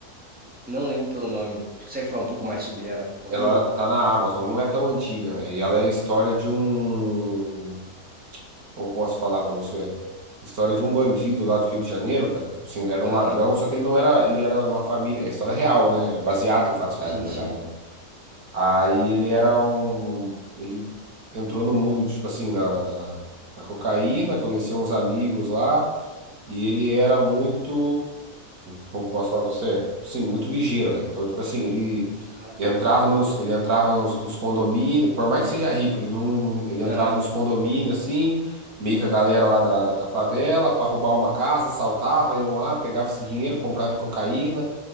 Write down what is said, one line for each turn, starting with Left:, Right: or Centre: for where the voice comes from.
Centre: Não lembro pelo nome. Você consegue falar um pouco mais sobre ela, por favor?
Right: Ela tá na Amazon, não é tão antiga, velho. E ela é a história de um Como que eu posso falar pra você? História de um bandido lá do Rio de Janeiro, cara. Tipo Assim, ele era um
Centre: Aham,
Right: ladrão, só que ele não era. Ele era uma família. É história real, né? É Baseado em fatos reais,
Centre: Sim,
Right: na verdade,
Centre: sim.
Right: né? Aí ele era um. Ele entrou no mundo, tipo assim, da, da, da cocaína, conheceu uns amigos lá. E ele era muito, como que eu posso falar pra você? Sim, muito ligeiro, velho. Então, tipo assim, ele
Centre: Aham,
Right: entrava nos, ele entrava nos, nos condomínios, por mais que seja rico, ele não, ele entrava
Centre: Aham.
Right: nos condomínios assim, meio que a galera lá da, da, da favela, pra roubar uma casa, saltava iam lá, pegava esse dinheiro, comprava em cocaína,